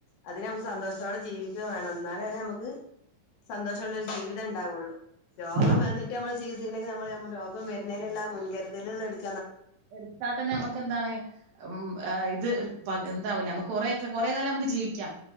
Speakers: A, on the left; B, on the right.
A: അതിനെ നമുക്ക് സന്തോഷത്തോടെ ജീവിക്കുക വേണം എന്നാലല്ലേ മ്മ ക്ക് സന്തോഷൊള്ളൊരു ജീവിതഇണ്ടാവുള്ളു രോഗം
B: ആ
A: വന്നിട്ട് നമ്മള് ചികിത്സിക്ക രോഗം വരുന്നെന്നേ എല്ലാ മുൻകരുതലുകലെടുത്ത്
B: എടുത്താൽത്തന്നെ നമുക്ക് എന്താണ് ഉ് ഇത് എന്താവൂല നമുക്ക് കൊറെ കുറെേ കാലം നമുക്ക് ജീവിക്കാം